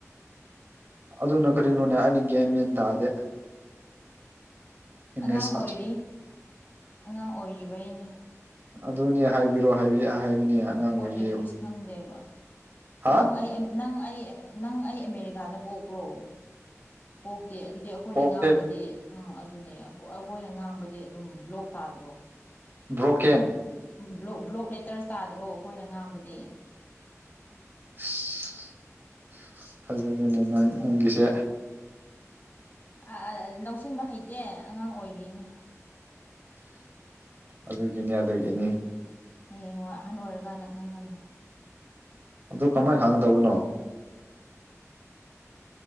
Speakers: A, on the right; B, on the left.
A: ꯑꯗꯨꯅ ꯀꯔꯤꯅꯣꯅꯦ ꯑꯩ ꯒꯌ꯭ꯥꯟ ꯃꯦꯟ ꯇꯥꯗꯦ꯫ ꯏꯪꯂꯤꯁ
B: ꯑꯉꯥꯡ ꯑꯣꯏꯔꯤ
A: ꯑꯆꯧ
B: ꯑꯉꯥꯡ ꯑꯣꯏꯔꯤꯕꯩꯅꯦ
A: ꯑꯗꯨꯅꯦ ꯍꯥꯏꯕꯤꯔꯣ ꯍꯥꯏꯕꯤ ꯍꯥꯏꯕꯅꯦ ꯑꯉꯥꯡ
B: ꯀꯣꯠ
A: ꯑꯣꯏꯔꯤꯌꯦ
B: ꯂꯦꯡꯒꯣꯏꯖ
A: ꯑꯩꯈꯣꯏ
B: ꯈꯪꯗꯦꯕ
A: ꯍꯥ
B: ꯅꯪ ꯑꯩ ꯑꯦꯝ ꯅꯪ ꯑꯩ ꯅꯪ ꯑꯩ ꯑꯦꯃꯦꯔꯤꯀꯥꯗ ꯄꯣꯛꯄ꯭ꯔꯣ ꯄꯣꯛꯇꯦ ꯑꯗꯨꯗꯤ ꯑꯩꯈꯣꯏꯅ
A: ꯀꯣꯛꯁꯦ
B: ꯉꯥꯡꯕꯗꯤ ꯎꯝ ꯑꯗꯨꯅꯦ ꯑꯩꯈꯣꯏꯅ ꯉꯥꯡꯕꯗꯤ ꯑꯗꯨꯝ ꯕ꯭ꯂꯣꯛ ꯇꯥꯗ꯭ꯔꯣ
A: ꯕ꯭ꯔꯣꯀꯦꯟ
B: ꯕ꯭ꯂꯣꯛ ꯕ꯭ꯂꯣꯛ ꯂꯦꯇꯔꯁ ꯇꯥꯗ꯭ꯔꯣ ꯑꯩꯈꯣꯏꯅ ꯉꯥꯡꯕꯗꯤ
A: ꯏꯁ ꯐꯖꯔꯦꯅꯦ ꯅꯪꯒꯤꯁꯦ
B: ꯑꯥ ꯑꯥ ꯂꯧꯁꯤꯟꯕ ꯍꯩꯇꯦ ꯑꯉꯥꯡ ꯑꯣꯏꯔꯤꯅꯦ
A: ꯑꯗꯨꯒꯤꯅꯤ ꯑꯗꯨꯒꯤꯅꯤ
B: ꯍꯌꯦꯡꯋꯥꯏ ꯑꯍꯟ ꯑꯣꯏꯔꯀꯥꯟꯗ ꯈꯪꯒꯅꯤ
A: ꯑꯗꯨ ꯀꯃꯥꯏ ꯈꯪꯒꯗꯕꯅꯣ